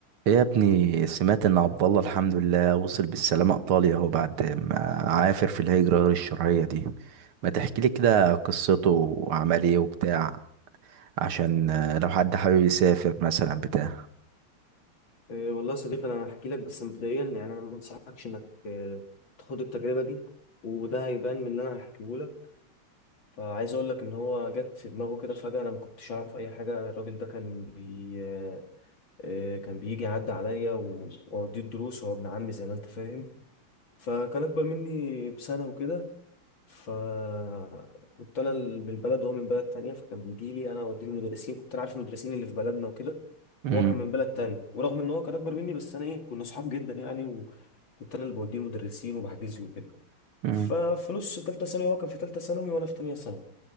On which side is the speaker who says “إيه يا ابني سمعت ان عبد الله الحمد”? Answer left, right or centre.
Right